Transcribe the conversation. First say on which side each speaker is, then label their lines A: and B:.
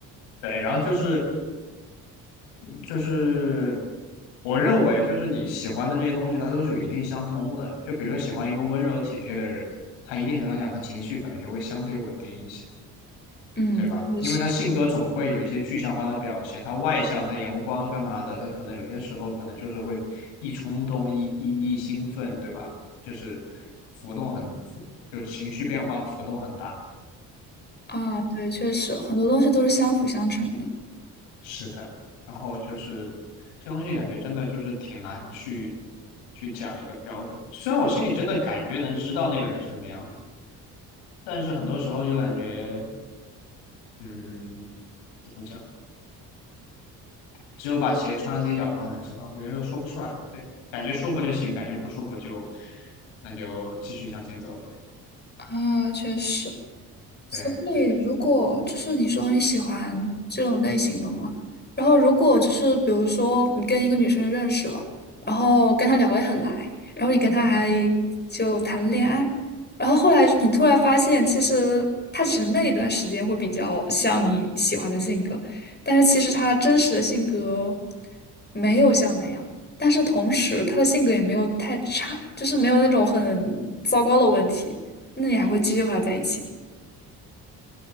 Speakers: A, on the left; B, on the left.
A: 对，然后就是就是我认为，就是你喜欢的这些东西，它都是有一定相通的。就比如说喜欢一个温柔体贴的人，他一定程度上讲，他情绪可能就会相对稳定一些，
B: 嗯，
A: 对吧？
B: 确实
A: 因为他性格总会有一些具象化的表现，他外向，他阳光干嘛的，他可能有些时候可能就是会一冲动、一一一兴奋，对吧？就是浮动很，就情绪变化浮动很大。
B: 啊，对，确实很多东西都是相辅相成的。
A: 是的，然后就是这东西感觉真的就是挺难去去讲一个标准。虽然我心里真的感觉能知道那个人是什么样子，但是很多时候就感觉，嗯，怎么讲？只有把鞋穿在自己脚上才知道，有的时候说不出来。对，感觉舒服就行，感觉不舒服就那就继续向前走呗。
B: 啊，确实，所以，
A: 对，这
B: 如果就是你说你喜欢这种类型的嘛，然后如果就是比如说你跟一个女生认识了，然后跟她聊得很来，然后你跟她还
A: 嗯
B: 就谈了恋爱，然后后来你突然发现，其实她只是那一段时间会比较像你喜欢的性格，但是其实她真实的性格没有像那样，但是同时她的性格也没有太差，就是没有那种很糟糕的问题，那你还会继续和她在一起吗？